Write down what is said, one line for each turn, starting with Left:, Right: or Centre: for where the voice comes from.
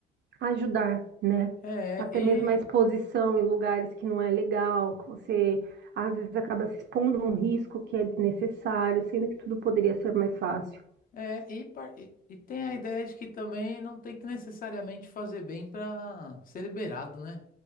Right: ajudar, né?
Left: É,
Right: Até
Left: e
Right: mesmo a exposição em lugares que não é legal, que você às vezes acaba se expondo a um risco que é desnecessário, sendo que tudo poderia ser mais fácil.
Left: É, e, par- e- e tem a ideia de que também não tem que necessariamente fazer bem para ser liberado, né?